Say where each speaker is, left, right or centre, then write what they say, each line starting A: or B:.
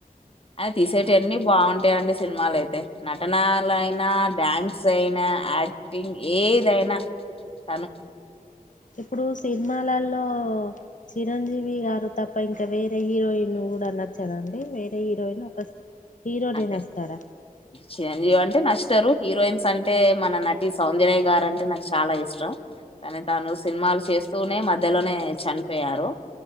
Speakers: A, on the left; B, on the left.
A: అని తీసేటవన్నిీ బాగుంటాయియంండి సినిమలు అయితే నటనలుయినా డ్యాన్స్ అయినా యాక్టింగ్ ఏదైనా అను
B: ఇప్పుడు సినిమాలలో చిరంజీవి గారు తప్ప ఇంకా వేరే హీరోయిన్ చూడ అన్న చదండి వేరే హీరోయిన్ ఒక హీరోనే
A: అంటేే
B: నస్తాడా
A: చిరంజీవి అంటే నష్ట ఇద్దరు హీరోయిన్స్ అంటే మన నటి సౌందర్రాయ గారు అంటే నాకు చాలా ఇష్టం కానీ తాను సినిమాలు చేస్తూనే మధ్యలోనే చనిపోయారు